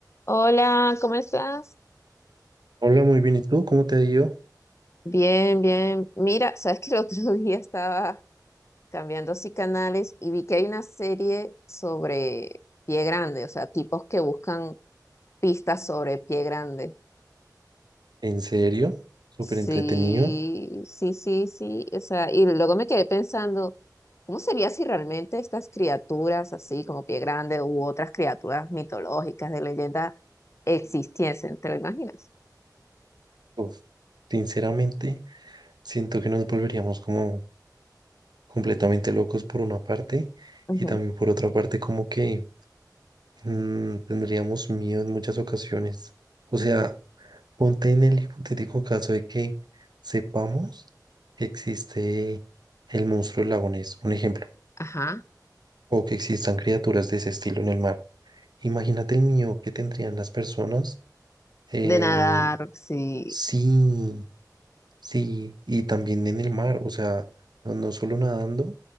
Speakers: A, on the left (about 40°); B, on the right (about 75°).
A: Hola, ¿cómo estás?
B: Hola, muy bien. ¿Y tú? ¿Cómo te ha ido?
A: Bien, bien. Mira, sabes que el otro <laughs> día estaba cambiando así canales y vi que hay una serie sobre pie grande, o sea, tipos que buscan pistas sobre pie grande.
B: ¿En serio? Súper
A: Sí,
B: entretenido.
A: sí, sí, sí. O sea, y luego me quedé pensando, ¿cómo sería si realmente estas criaturas así como pie grande u otras criaturas mitológicas de leyenda existiesen? ¿Te lo imaginas?
B: Uf, sinceramente, siento que nos volveríamos como completamente locos por una parte
A: Ujú.
B: y también por otra parte como que mm, tendríamos miedo en muchas ocasiones. O sea, ponte en el hipotético caso de que sepamos que existe el monstruo del lago Ness, un ejemplo,
A: Ajá.
B: o que existan criaturas de ese estilo en el mar. Imagínate el miedo que tendrían las personas. eh,
A: De nadar, sí.
B: sí, sí, y también en el mar, o sea, no, no solo nadando,